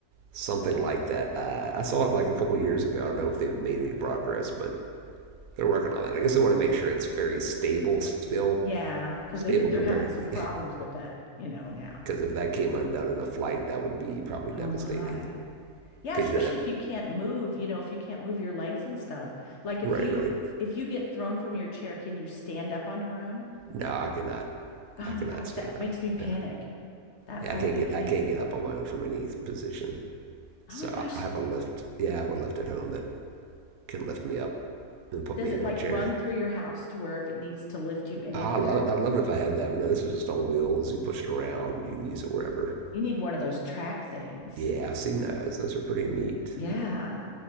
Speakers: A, on the right; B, on the left.
A: something like that. Uh, I saw it like a couple years ago. I don't know if they've made any progress, but they're working on that. I guess they want to make sure it's very stable still,
B: Yeah, because
A: stable
B: they're they're
A: compared,
B: having some
A: because
B: problems with that, you know, now.
A: <laughs> if that came undone in a flight, that would be probably
B: Oh
A: devastating.
B: my. Yeah,
A: Because
B: especially
A: you know that,
B: if you can't move, you know, if you can't move your legs and stuff. Like if
A: right,
B: you
A: right.
B: if you get thrown from your chair, can you stand up on your own?
A: No, I cannot,
B: Oh
A: I cannot
B: my gosh,
A: stand
B: that makes
A: up.
B: me panic.
A: Yeah,
B: That
A: yeah,
B: I'd
A: I can't
B: be
A: get,
B: panicked.
A: I can't get up on my own from any position. So
B: Oh my gosh,
A: I have a lift. Yeah, I have a lift at home that can lift me up and put
B: does
A: me
B: it
A: in
B: like
A: my chair.
B: run through your house to where if it needs to lift you anywhere?
A: I love, I'd love it if I had that, but no, this is just on wheels. You push it around and you can use it wherever.
B: You need one of those track things.
A: Yeah, I've seen those. Those are pretty neat.
B: Yeah.